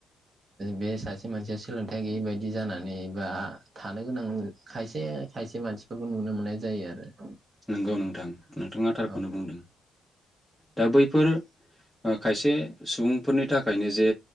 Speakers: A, on the right; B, in the centre.
A: बे सासे मानसिया सोलोंथाइ गैयै बायदि जानानै बा थानो गोनां खायसे खायसे मानसिफोरखौ नुनो मोननाय जायो आरो।
B: नंगौ नोंथां नोंथाङा थारखौनो
A: औ
B: बुंदों दा बैफोर। खायसे सुबुंफोरनि थाखायनो जे